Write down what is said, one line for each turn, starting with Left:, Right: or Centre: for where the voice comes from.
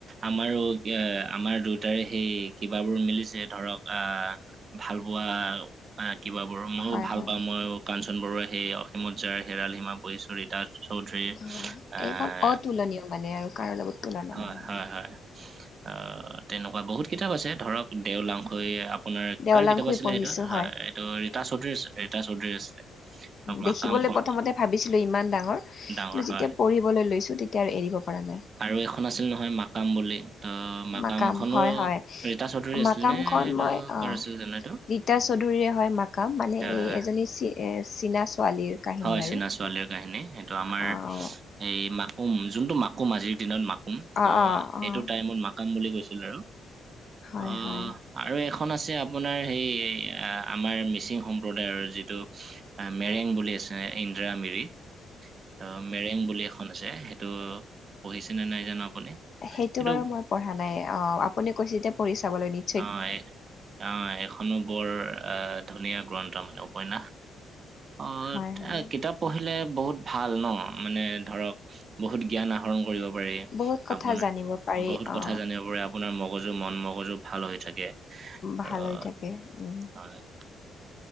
Right: আমাৰো এ আমাৰ দুটাৰে সেই কিবাবোৰ মিলিছে ধৰক আহ ভাল পোৱা আ কিবা বোৰ ময়ো
Left: হয়
Right: ভাল
Left: হয়
Right: পাওঁ মইও কাঞ্চন বৰুৱাই হেই অসীমত যাৰ হেৰাল সীমা পঢ়িছো ৰীতা চৌধুৰীৰ
Left: হয়
Right: আহ
Left: এইখন অতুলনীয় মানে আৰু কাৰো লগত তুলনা
Right: হয়
Left: নহয়
Right: হয় হয় অ তেনেকুৱা বহুত কিতাপ আছে ধৰক দেওলাংখৈ আপোনাৰ
Left: দেওলাংখুই
Right: কাৰ কিতাপা আছিলে
Left: পঢ়িছো
Right: সেইটো
Left: হয়
Right: আ এইটো ৰীতা চৌধুৰী আ ৰীতা চৌধুৰী আছিলে। মাকামখন
Left: দেখিবলে প্ৰথমতে ভাবিছিলোঁ ইমান ডাঙৰ কিন্তু
Right: ডাঙৰ
Left: যেতিয়া
Right: হয়
Left: পঢ়ি বলৈ লৈছো তেতিয়া এৰিব পাৰা নাই।
Right: আৰু এখন আছিল নহয় মাকাম বুলি ত মাকামখনো
Left: মাকাম হয় হয়
Right: ৰীতা চৌধুৰী
Left: মাকামখন
Right: আছিল নে, এইটো
Left: মই অ
Right: কাৰ আছিল জানো এইটো?
Left: ৰীতা চৌধুৰীৰে হয় মাকাম মানে
Right: আহ
Left: এই এজনী চি এ চীনা ছোৱালীৰ কাহিনী
Right: হয়
Left: আৰু
Right: চীনা ছোৱালীৰ কাহিনী সেইটো আমাৰ
Left: অ',
Right: এই মাকুম যোনটো মাকুম আজিৰ দিনত মা কুম
Left: অ',
Right: অহ
Left: অ',
Right: সেইটো
Left: অ',
Right: টাইমত মাকাম বুলি কৈছিল আৰু
Left: হয়,
Right: অহ
Left: হয়
Right: আৰু এখন আছে আপোনাৰ সেই আমাৰ মিচিং সম্প্ৰদায়ৰ যিটো আ মেৰেং বুলি আছে ইন্দ্ৰা মিৰি অ মেৰেং বুলি এখন ছে সেইটো পঢ়িছেনে নাই জানো আপুনি
Left: সেইটো
Right: এইটো
Left: বাৰু মই পঢ়া নাই অ আপুনি কৈছে যেতিয়া পঢ়ি চাবলৈ নিম
Right: অ এ অ এখনো বৰ আহ ধুনীয়া গ্ৰন্থ মানে উপন্যাস অ
Left: হয়,
Right: তে
Left: হয়
Right: কিতাপ পঢ়িলে বহুত ভাল ন মানে ধৰক বহুত জ্ঞান আহ ৰণ কৰিব পাৰি,
Left: বহুত কথা
Right: আপোনা
Left: জানিব পাৰি
Right: বহুত
Left: অ',
Right: কথা জানিব পাৰে আপোনাৰ মগজু মন মগজু ভাল হৈ থাকে।
Left: ভাল
Right: আহ,
Left: হৈ থাকে উম।
Right: হয়